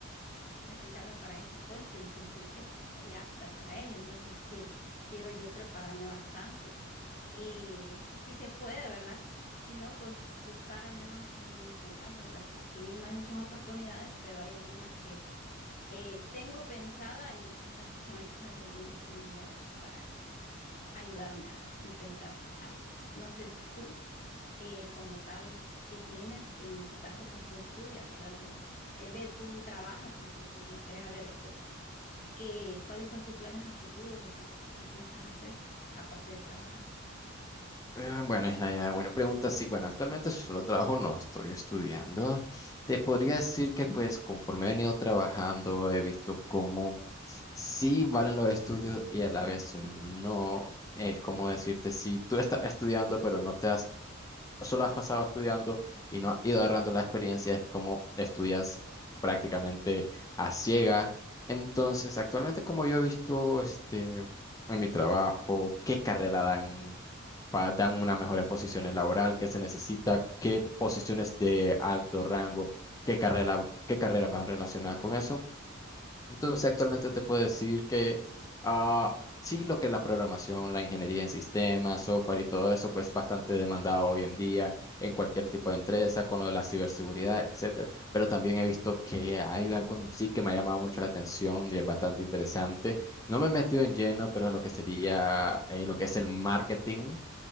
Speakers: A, on the left; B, on the left.
A: presentarme para ese puesto y sentir que estoy apta para ello. Entonces, que quiero yo prepararme bastante. Eh, si se puede, ¿verdad? Si no, pues buscar al menos aquí en mi ciudad, ¿verdad? Que si bien no hay muchas oportunidades, pero hay algunas que eh, tengo pensada y quizás <laughs> con ayuda de algunos familiares para ayudarme a intentar algo. No sé tú, eh, como tal, que tienes, en tu caso, pues tú estudias, ¿verdad? Entonces, eh, ve, tú trabajas, entonces me gustaría saber, pues, qué, cuáles son tus planes a futuro o si, qué piensas hacer aparte de trabajar.
B: Ah, Bueno, Isnaya, buena pregunta. Sí, bueno, actualmente solo trabajo, no estoy estudiando. Te podría decir que pues conforme he venido trabajando, he visto cómo sí valen los estudios y a la vez no. Es como decirte, si tú estás estudiando pero no te has solo has pasado estudiando y no has ido agarrando la experiencia, es como estudias prácticamente a ciega. Entonces, actualmente como yo he visto este, en mi trabajo, qué carrera dan, pa- dan una mejor posición laboral, qué se necesita, qué posiciones de alto rango, qué carrera, qué carreras van relacionadas con eso. Entonces, actualmente te puedo decir que ah, sí, lo que es la programación, la ingeniería en sistemas, software y todo eso, pues bastante demandado hoy en día en cualquier tipo de empresa, con lo de la ciberseguridad, etcétera. Pero también he visto que hay algo en sí que me ha llamado mucho la atención y es bastante interesante. No me he metido en lleno, pero lo que sería eh, lo que es el marketing